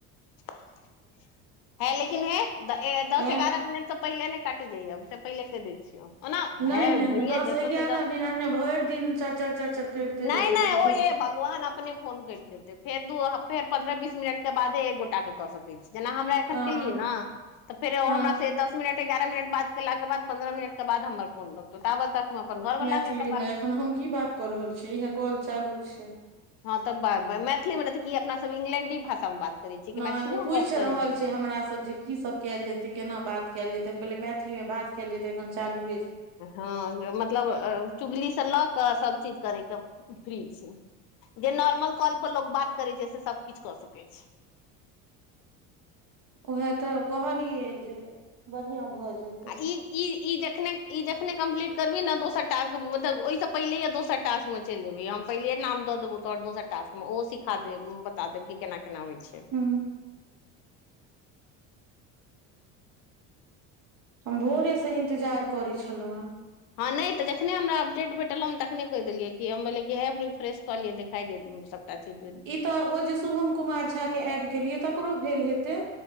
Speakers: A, on the left; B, on the right.
A: <inaudible> है लेकिन हे दस
B: छै
A: एगारह मिनट सब पहिले ने काटे जाएब से पहिले कैह दै छियौ ओना
B: नहि
A: है
B: नहि
A: भैये
B: दस
A: जेतौ
B: एगारह
A: तऽ
B: मिनट नहि भरि दिन चर चर चर करिते रहि
A: नहि
B: जेबै
A: नहि
B: रुकू
A: ओ य
B: ने
A: ब ओहन अपने फोन कैट जैते फेर दू फेर पंन्द्रह बीस मिनट के बादे एक गोटा केँ कऽ सकै जेना हमरा एखन
B: अ
A: केलियै न <inaudible> तऽ फेर ओ
B: हँ
A: हमर से दस मिनट एगारह मिनट बाद केला केँ बाद पन्द्रह मिनट केँ बाद हमर <unintelligible> ताबत त अपन घर
B: मैथिली
A: बला कऽ कपार
B: मे एखन हम की बात -- कऽ रहल छी इहे कल चालू छै
A: हँ तऽ बाजबै मैथिली मे ने तऽ कि अपना सब इंग्लेंडी भाषा मे बात करै छी कि
B: नहि
A: मैथिलीए
B: ओ
A: मे
B: पूछि
A: गप करै
B: रहल
A: छी
B: छै हमरासँ जे की सब कयल जेते केना बात कयल जेते हम कहले मैथिली मे बात केयल जेते एखन चालू
A: हँ मतलब चुगली से लऽ कऽ सभ चीज करयके फ्री छै जे नॉर्मल कॉल पर लोको बात करै छै से सभ किछु कऽ सकैत छै
B: उएह तऽ कहलियै जे बढ़िया भए जेत
A: आ ई जखने ई जखने कम्प्लीट करबी ने दोस टक मतब ओहिस पहिलेय दोसर टास्क मे चलिबी हम पहिले नाम दऽ देबौ तोर दोसर टास्कमे ओहो सिखा देब बता देब केना केना होइ छै।
B: हूँ। हम भोरे से इंतजार करे छलौ हे
A: हँ नहि तऽ जखने हमरा अपडेट भेटलहूँ हम तखने कहि देलियै कि हमै किह रिफ्रेश कऽ लियै देखाइ दे त च <unintelligible>
B: ई तऽ ओ जे शुभम कुमार झाके एऐड केलियै तकरो भेल हेतै